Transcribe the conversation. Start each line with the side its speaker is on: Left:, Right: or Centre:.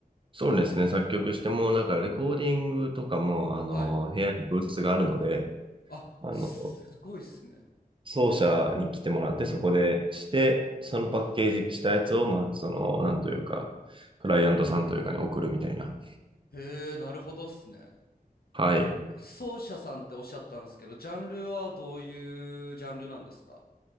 Right: そうですね。作曲しても、だからレコーディングとかも、あの、
Left: はい。
Right: 部屋に教室があるので、
Left: あ、
Right: あの、
Left: すごいっすね。
Right: 奏者に来てもらって、そこでして、そのパッケージしたやつを、まあ、その、なんというか、クライアントさんというかに送るみたいな。
Left: へえ、なるほどっすね。
Right: はい。
Left: 奏者さんっておっしゃったんですけど、ジャンルはどういうジャンルなんですか